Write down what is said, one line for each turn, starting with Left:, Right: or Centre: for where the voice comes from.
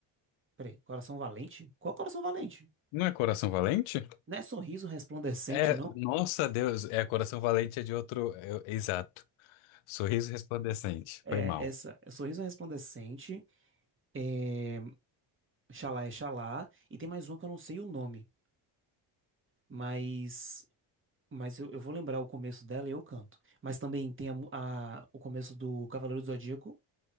Right: Peraí, Coração Valente? Qual Coração Valente?
Left: Não é Coração Valente?
Right: Não é Sorriso Resplandecente,
Left: É,
Right: não?
Left: nossa Deus, é Coração Valente é de outro, é, exato. Sorriso Resplandecente,
Right: É,
Left: foi mal.
Right: essa. É Sorriso Resplandecente, é, Xalá é Xalá, e tem mais uma que eu não sei o nome, mas. Mas eu, eu vou lembrar o começo dela e eu canto. Mas também tem a, mu- a- o começo do Cavaleiro do Zodíaco,